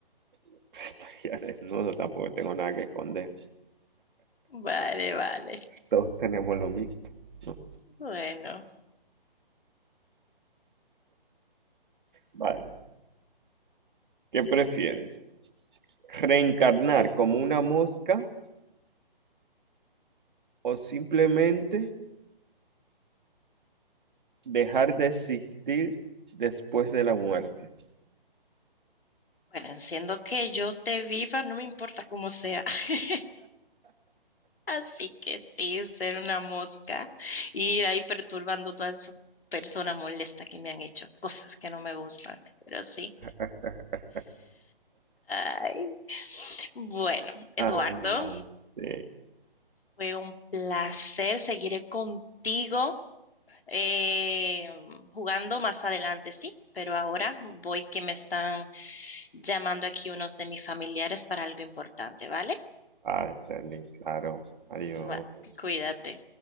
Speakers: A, on the right; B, on the left.
A: <laughs> estaría desnudo, tampoco tengo nada que esconder.
B: Vale, vale.
A: Todos tenemos lo mismo. No
B: Bueno,
A: Vale. ¿Qué prefieres? ¿Reencarnar como una mosca o simplemente dejar de existir después de la muerte?
B: bueno, siendo que yo te viva, no me importa cómo sea. <laughs> Así que sí, ser una mosca, ir ahí perturbando todas esas personas molestas que me han hecho cosas que no me gustan, pero sí.
A: <laughs>
B: Ay, bueno, Eduardo,
A: Ah, no. Sí.
B: fue un placer. Seguiré contigo eh, jugando más adelante, sí, pero ahora voy que me están llamando aquí unos de mis familiares para algo importante, ¿vale?
A: Ah, Sterling, claro. Adiós.
B: Va, cuídate.